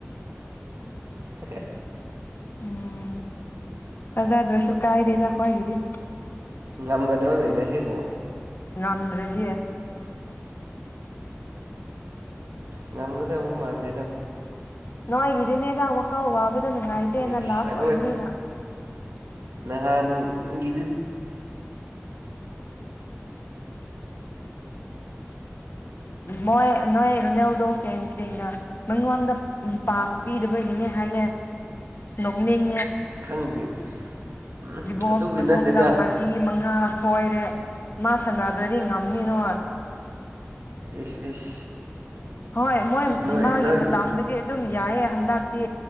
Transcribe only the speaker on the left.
ꯎꯝ ꯔꯖꯗ꯭ꯔꯣꯁꯨ ꯀꯥꯏꯗꯦ ꯆꯈꯋꯥ ꯍꯥꯏꯒꯤꯗꯤ
ꯉꯝꯗ꯭ꯔꯦꯗꯤꯌꯦ
ꯅꯣꯏ ꯏꯗꯤꯅꯦ ꯌꯥꯕ ꯈꯥꯎ ꯋꯥꯕ ꯑꯗꯨ ꯅꯨꯡꯉꯥꯏꯇꯦꯅ
ꯂꯥꯁ ꯑꯣꯏꯕꯅꯤꯅ
ꯃꯣꯏ ꯅꯣꯏ ꯔꯣꯅꯦꯜꯗꯣ ꯐꯦꯟꯁꯤꯡꯅ ꯃꯉꯣꯟꯗ ꯄꯥꯁ ꯄꯤꯗꯕꯒꯤꯅꯤ ꯍꯥꯏꯒꯦ ꯅꯣꯛꯅꯤꯡ
ꯚꯣꯁ
ꯃꯅꯨꯡꯗ
ꯃꯔꯤ ꯃꯉꯥ ꯉ ꯁꯣꯏꯔꯦ ꯃꯥ ꯁꯥꯟꯅꯗꯣꯏꯗꯤ ꯉ ꯅꯪꯅꯣ <unintelligible>
ꯍꯣꯏ ꯃꯣꯏ
ꯃꯥꯒꯤ
ꯃꯇꯥꯡꯗꯗꯤ ꯑꯗꯨꯝ ꯌꯥꯏ ꯍꯟꯗꯛꯇꯤ